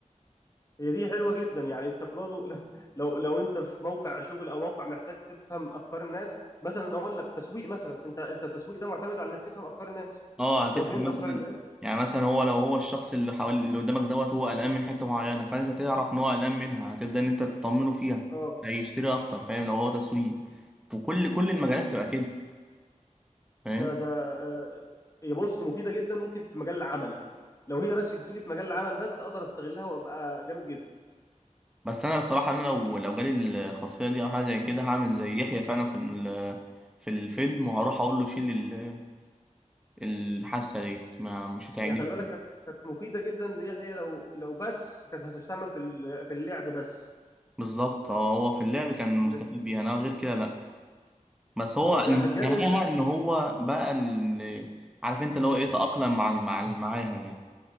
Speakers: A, on the left; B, in the centre.
A: هي دي حلوه جدا يعني انت برضو <laughs> ل- لو لو انت في موقع شغل او موقع محتاج تفهم افكار الناس مثلا اقول لك تسويق مثلا انت انت التسويق ده معتمد على انك تفهم افكار الناس
B: أه هتفهم
A: لو فهمت
B: مثلا
A: افكار الناس
B: يعني مثلا هو لو هو الشخص اللي حوالي اللي قدامك دوت هو قلقان من حتة معينة فأنت تعرف إن هو قلقان منها هتبدأ إن أنت تطمنه فيها
A: اه
B: هيشتري أكتر فاهم لو هو تسويق وكل كل المجالات تبقى كده فاهم
A: ده ده آه، هي بص مفيده جدا ممكن في مجال العمل لو هي بس تجيلي في مجال العمل بس اقدر استغلها وابقى جامد جدا
B: بس انا بصراحه انا لو لو جالي الخاصيه دي او حاجه زي كده هعمل زي يحيى فعلا في ال- في الفيلم وهروح اقول له شيل ال- الحاسه ديت ما مش هتعجبني
A: هي خلي بالك كانت كانت مفيده جدا ليحيى لو لو بس كانت هتستعمل في ال- في اللعب بس
B: بالظبط اه هو في اللعب كان مستفيد
A: لك-
B: بيها انا غير كده لا بس
A: جو-
B: هو
A: هتجنن
B: نهاها
A: الناس
B: ان هو بقى اللي عارف انت اللي هو ايه تأقلم مع ال- مع ال- معاها يعني